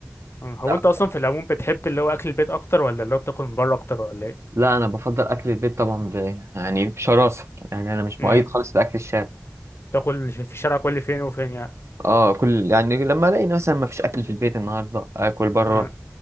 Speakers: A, on the left; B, on the right.
A: مم. هو
B: لا
A: انت اصلا في العموم بتحب اللي هو اكل البيت اكتر ولا اللي هو بتاكل من بره اكتر ولا ايه
B: لا انا بفضل اكل البيت طبعا ب... يعني بشراسة يعني انا مش
A: مم.
B: مؤيد خالص لاكل الشارع
A: تاكل في الشارع كل فين وفين يعني
B: اه كل يعني لما الاقي مثلا ما فيش اكل في البيت النهارده اكل بره
A: مم.